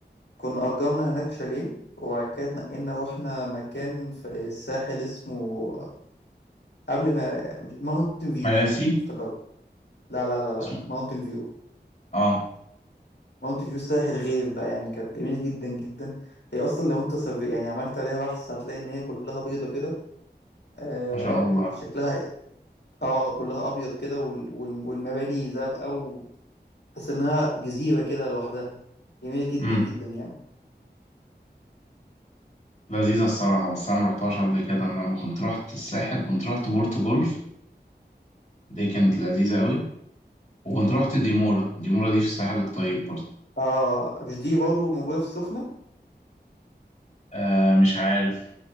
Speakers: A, on the left; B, on the left.
A: كنا أجرنا هناك شاليه وبعد كده اتنقلنا رحنا مكان في الساحل اسمه قبل ما مش- ماونتن فيو
B: مراسي
A: افتكرت لا لا لا لا
B: اسمه
A: ماونتن فيو
B: اه
A: ماونتن فيو ساحر غير بقى يعني كانت جميلة جدا جدا هي أصلا لو أنت سر- يعني عملت عليها بحث هتلاقي إن هي كلها بيضة كده آه
B: ما شاء الله
A: شكلها اه كلها أبيض كده وال... وال... والمباني زرقاء وتحس إنها جزيرة كده لوحدها جميلة جدا
B: امم
A: جدا يعني
B: لذيذة الصراحة بس أنا مرحتهاش قبل كده أنا لما كنت رحت الساحل كنت رحت بورتو جولف دي كانت لذيذة أوي وكنت رحت ديمورا ديمورا دي في الساحل الطيب برضه
A: اه مش دي برضه موجودة في السخنة
B: آه مش عارف